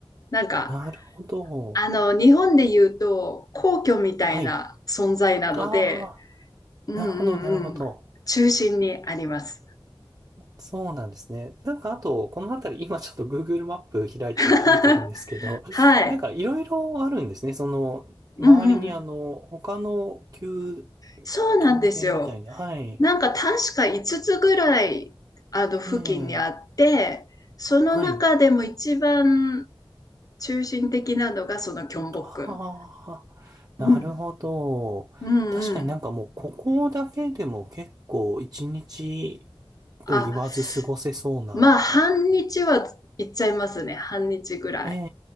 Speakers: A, on the left; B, on the right.
A: なんか、
B: なるほど。
A: あの、日本で言うと皇居みたいな存在なので、
B: はい。ああ。
A: うんうんうん。
B: なるほど、なるほど。
A: 中心にあります。
B: そうなんですね。なんかあと、この辺り、今ちょっと Google マップ開いて見てるんですけど、
A: <laughs> はい。
B: <laughs> なんかいろいろあるんですね。その、周りにあの、
A: うんうんうん。
B: 他の宮、
A: そうなんですよ。
B: 宮殿みたいな。はい。
A: なんか確か5つつぐらい、あの、付近にあって、
B: ええ、
A: その中でも一番
B: はい。
A: 中心的なのがそのキョンボックン。
B: ああ、なるほど。
A: うん。うんうん。
B: 確かになんかもう、ここだけでも結構一日と言わず過ごせそうな。
A: あ、まあ、半日は行っちゃいますね。半日ぐらい。
B: え